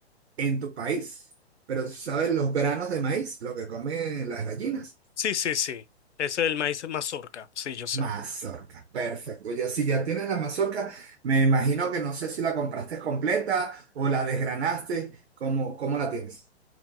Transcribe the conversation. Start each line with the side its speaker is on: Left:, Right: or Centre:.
Right: en tu país, pero ¿sabes los granos de maíz? Lo que comen las gallinas.
Left: Sí, sí, sí. Ese es el maíz mazorca. Sí, yo sé.
Right: Mazorca, perfecto. Ya si ya tienes la mazorca, me imagino que no sé si la compraste completa o la desgranaste, ¿cómo, cómo la tienes?